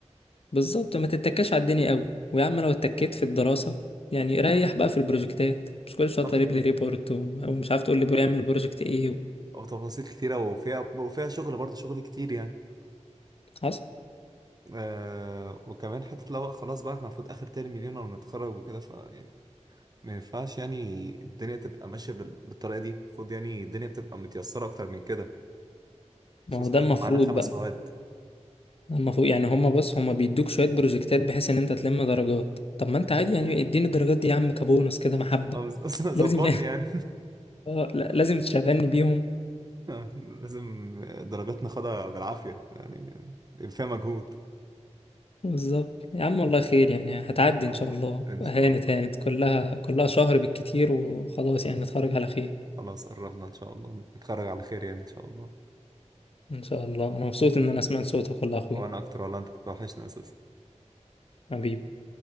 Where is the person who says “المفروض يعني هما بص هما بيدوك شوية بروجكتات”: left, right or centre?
Left